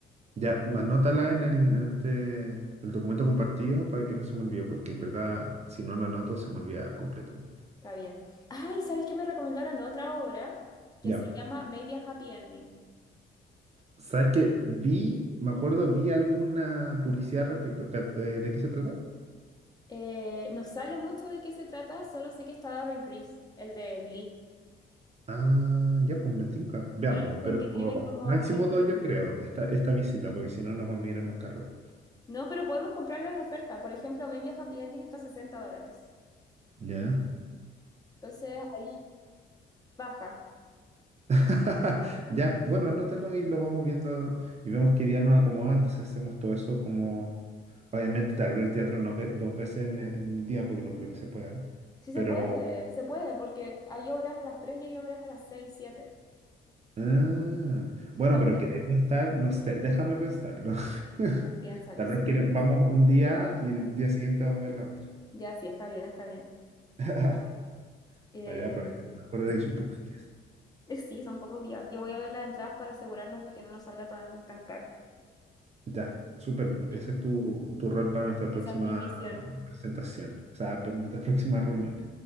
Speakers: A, on the right (about 35°); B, on the left (about 20°).
A: Ya, anótala en el, en este, el documento compartido para que no se me olvide, porque en verdad, si no lo anoto, se me olvida completamente.
B: Está bien. Ay, ¿sabes qué me recomendaron otra obra que
A: Ya.
B: se llama Maybe a Happy Ending?
A: ¿Sabes qué? Vi, me acuerdo, vi alguna publicidad al respecto. ¿Ca- eh, ¿De qué se trata?
B: Eh, no sale mucho de qué se trata, solo sé que está Darren Criss, el de Glee.
A: Ah, ya, pues me tinca. Veamos,
B: Pero dicen
A: pero
B: que tiene como
A: máximo
B: buen final.
A: dos yo creo, esta, esta visita, porque si no nos vamos a ir en bancarrota.
B: No, pero podemos comprarlo en oferta. Por ejemplo, Maybe a Happy Ending está a 60 dólares.
A: Ya.
B: Entonces ahí baja.
A: <laughs> Ya, bueno, anótalo y lo vamos viendo y vemos qué día nos acomoda, entonces hacemos todo eso como, obviamente tal vez el teatro no ve dos veces en, en el día, porque no creo que se pueda,
B: Sí
A: pero...
B: se puede, se puede, porque hay obras a las 3 y hay obras a las 6 7.
A: ah,
B: Si
A: bueno,
B: está
A: pero
B: mal,
A: queremos estar, no sé, déjame pensarlo. <laughs>
B: piénsalo,
A: Tal
B: sí.
A: vez quere- vamos un día y el día siguiente vamos a ver la otra.
B: Ya, sí, está bien, está bien.
A: <laughs>
B: Eh,
A: Para aprovechar, acuérdate que
B: sí.
A: es un poco día.
B: Eh, sí, son pocos días. Yo voy a ver las entradas para asegurarnos de que no nos salga tan, tan caro.
A: Ya, súper.
B: Sí,
A: Ese es tu, tu rol para nuestra próxima
B: esa es mi misión.
A: presentación, o sea, para nuestra <laughs> próxima reunión.